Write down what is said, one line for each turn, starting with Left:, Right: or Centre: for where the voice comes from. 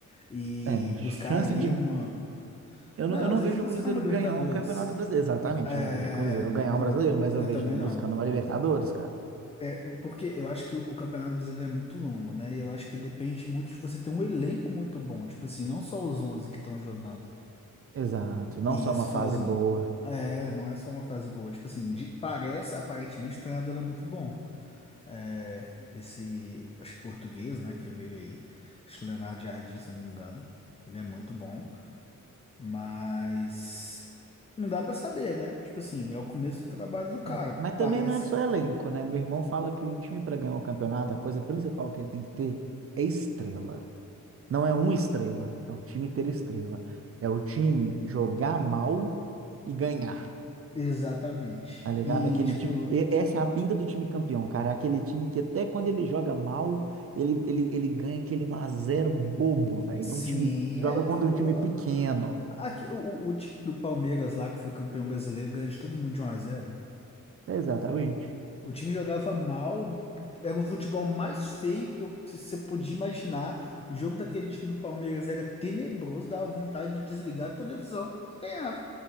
Left: e
Right: É,
Left: buscar
Right: chance
Left: ali
Right: de
Left: uma.
Right: Eu
Left: Não,
Right: não, eu
Left: às
Right: não
Left: vezes
Right: vejo
Left: buscar
Right: o Cruzeiro
Left: uma Libertadores.
Right: ganhar um campeonato brasileiro. Exatamente,
Left: É,
Right: eu não vejo o Cruzeiro
Left: não,
Right: ganhar um brasileiro, mas eu
Left: eu
Right: vejo
Left: também
Right: ele
Left: não.
Right: buscando uma Libertadores, cara.
Left: É, porque eu acho que o, o Campeonato Brasileiro é muito longo, né? E eu acho que depende muito de você ter um elenco muito bom. Tipo assim, não só os 11 que estão jogando.
Right: Exato, não
Left: E
Right: só
Left: isso
Right: uma
Left: faz.
Right: fase boa.
Left: É, não é só uma fase boa. Tipo assim, de- parece, aparentemente, o treinador é muito bom. É, esse, acho que português, né, que veio aí. Acho que Leonardo Jardim, se eu não me engano. Ele é muito bom. Mas não dá pra saber, né? Tipo assim, é o começo do trabalho do cara,
Right: É. Mas
Left: parece
Right: também não é só elenco, né? Meu irmão fala que um time para ganhar um campeonato, a coisa principal que ele tem que ter é estrela. Não é uma estrela, é o time ter estrela. É o time jogar mal e ganhar.
Left: exatamente.
Right: Tá ligado?
Left: E
Right: Aquele
Left: tipo,
Right: time. e- Essa é a pinta do time campeão, cara. É aquele time que até quando ele joga mal, ele, ele, ele ganha aquele um a zero bobo, velho.
Left: sim,
Right: De Um time joga
Left: é o
Right: contra
Left: que o,
Right: um time
Left: a-
Right: pequeno.
Left: aqui, o, o time do Palmeiras lá que foi campeão brasileiro ganha de todo mundo de 1 a zero.
Right: Exatamente.
Left: O time jogava mal, era o futebol mais feio que eu- que você podia imaginar. O jogo daquele time do Palmeiras era tenebroso, dava vontade de desligar a televisão, mas ganhava.